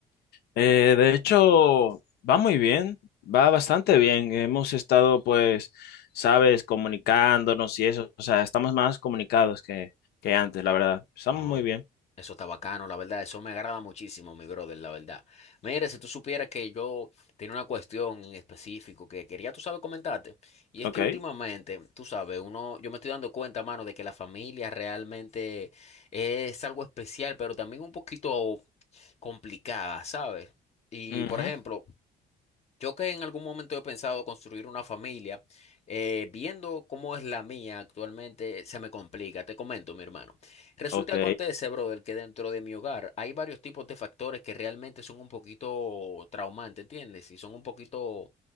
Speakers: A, on the left (about 70°); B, on the left (about 40°).
A: Eh, de hecho, va muy bien, va bastante bien. Hemos estado, pues, sabes, comunicándonos y eso, o sea, estamos más comunicados que, que antes, la verdad. Estamos
B: No,
A: muy bien.
B: eso está bacano, la verdad, eso me agrada muchísimo, mi brother, la verdad. Mire, si tú supieras que yo tenía una cuestión en específico que quería, tú sabes, comentarte, y es
A: Ok.
B: que últimamente, tú sabes, uno, yo me estoy dando cuenta, mano, de que la familia realmente es algo especial, pero también un poquito complicada, ¿sabes? Y,
A: Ujú.
B: por ejemplo, yo que en algún momento he pensado construir una familia, eh, viendo cómo es la mía actualmente, se me complica. Te comento, mi hermano. Resulta
A: Ok.
B: que acontece, brother, que dentro de mi hogar hay varios tipos de factores que realmente son un poquito traumantes, ¿entiendes? Y son un poquito